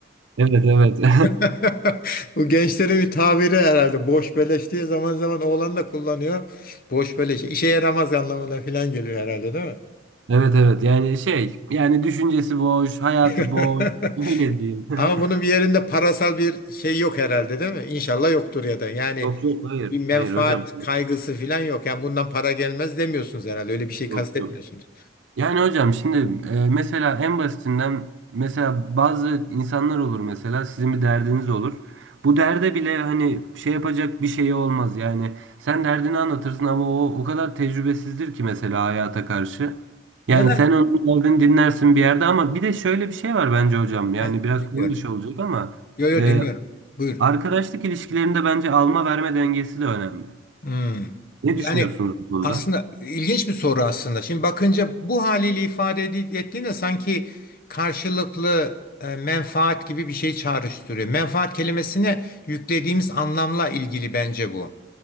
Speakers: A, on the right; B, on the left.
A: Evet evet. <laughs>
B: <laughs> Bu gençlerin bir tabiri herhalde. Boş beleş diye zaman zaman oğlan da kullanıyor. Boş beleş işe yaramaz anlamına falan geliyor herhalde değil mi?
A: Evet evet. Yani şey yani düşüncesi boş, hayatı
B: <laughs>
A: boş. Öyle diyeyim. <laughs>
B: Ama bunun bir yerinde parasal bir şey yok herhalde değil mi? İnşallah yoktur ya da yani
A: Yok yok hayır.
B: bir menfaat
A: Hayır hocam.
B: kaygısı falan yok. Yani bundan para gelmez demiyorsunuz herhalde öyle bir şey
A: Yok
B: kastetmiyorsunuz.
A: yok. Yani hocam şimdi e, mesela en basitinden mesela bazı insanlar olur mesela sizin bir derdiniz olur. Bu derde bile hani şey yapacak bir şeyi olmaz yani. Sen derdini anlatırsın ama o o kadar tecrübesizdir ki mesela hayata karşı. Yani
B: Ya da
A: sen onun derdini dinlersin bir yerde ama bir de şöyle bir şey var bence hocam. Yani
B: Heh,
A: biraz
B: dinliyorum.
A: konu dışı olacak ama
B: Yo yo
A: e,
B: dinliyorum. Buyur.
A: arkadaşlık ilişkilerinde bence alma verme dengesi de önemli.
B: Hmm.
A: Ne
B: Yani
A: düşünüyorsunuz bu konuda?
B: aslında ilginç bir soru aslında. Şimdi bakınca bu haliyle ifade edi- ettiğinde sanki karşılıklı e, menfaat gibi bir şey çağrıştırıyor. Menfaat kelimesine yüklediğimiz anlamla ilgili bence bu.